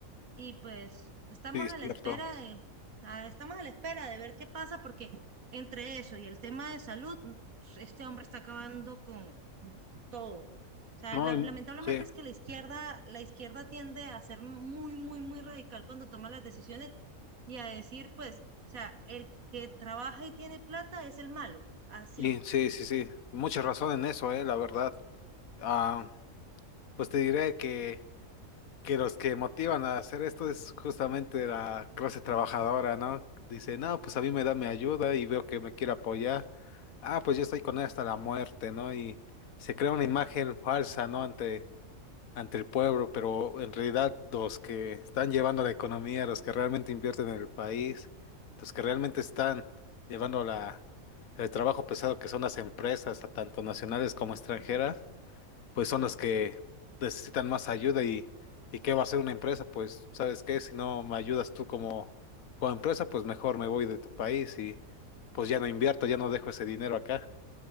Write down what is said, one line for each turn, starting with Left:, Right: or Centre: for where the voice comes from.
Right: y pues estamos
Left: Sí, es
Right: a la
Left: cierto.
Right: espera de, a- estamos a la espera de ver qué pasa, porque entre eso y el tema de salud, mm, este hombre está acabando con, con todo. O sea,
Left: No,
Right: la- lamentablemente
Left: sí,
Right: es que la izquierda, la izquierda tiende a ser muy, muy, muy radical cuando toma las decisiones y a decir, pues, o sea, el que trabaja y tiene plata es el malo. Así
Left: y sí, sí, sí, mucha razón en eso, eh, la verdad. Ah, pues te diré que que los que motivan a hacer esto es justamente la clase trabajadora, ¿no? Dice, no, pues a mí me da mi ayuda y veo que me quiere apoyar. Ah, pues yo estoy con él hasta la muerte, ¿no? Y se crea una imagen falsa, ¿no? Ante, ante el pueblo, pero en realidad los que están llevando la economía, los que realmente invierten en el país, los que realmente están llevando la, el trabajo pesado que son las empresas, tanto nacionales como extranjeras, pues son las que necesitan más ayuda y, y qué va a hacer una empresa, pues sabes qué, si no me ayudas tú como, como empresa, pues mejor me voy de tu país y pues ya no invierto, ya no dejo ese dinero acá.